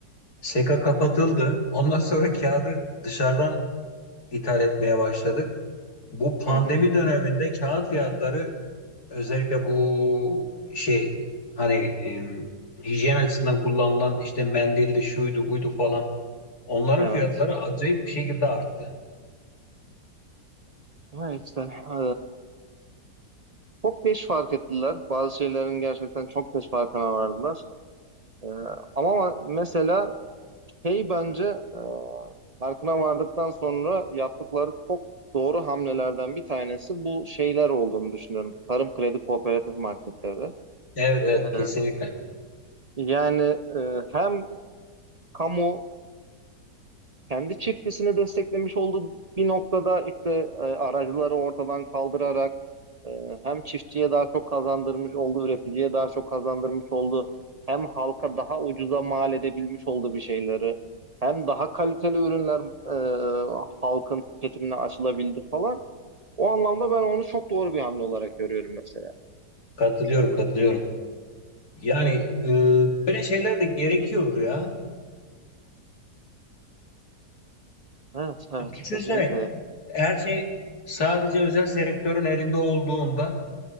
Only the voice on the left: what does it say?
SEKA kapatıldı. Ondan sonra kağıdı dışarıdan ithal etmeye başladık. Bu pandemi
döneminde kağıt fiyatları özellikle bu şey hani em, hijyen açısından kullanılan işte mendildi şuydu buydu falan onların
fiyatları acayip bir şekilde arttı.
Evet evet
kesinlikle
katılıyorum katılıyorum. Yani e, böyle şeyler de gerekiyor ya.
Düşünsene
her şey sadece özel sektörün elinde olduğunda